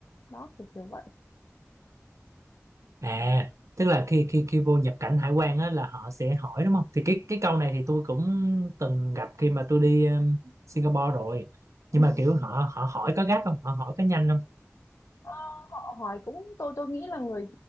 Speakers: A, on the left (about 75°); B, on the right (about 85°).
A: đó kiểu kiểu vậy
B: à tức là khi khi khi vô nhập cảnh hải quan á là họ sẽ hỏi đúng không thì cái cái câu này thì tôi cũng từng gặp khi mà tôi đi um, Singapore rồi
A: ừ.
B: nhưng mà kiểu họ họ hỏi có gắt không họ hỏi có nhanh không
A: Ờ, họ hỏi cũng tôi tôi nghĩ là người